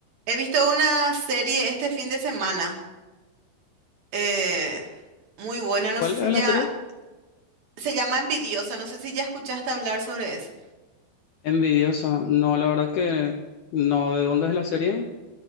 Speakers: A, on the right; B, on the left.
A: He visto una serie este fin de semana, eh, muy buena, no
B: ¿Cuál
A: sé si
B: es
A: ya,
B: la serie?
A: se llama Envidiosa, no sé si ya escuchaste hablar sobre eso.
B: Envidiosa. No, la verdad que no. ¿De dónde es la serie?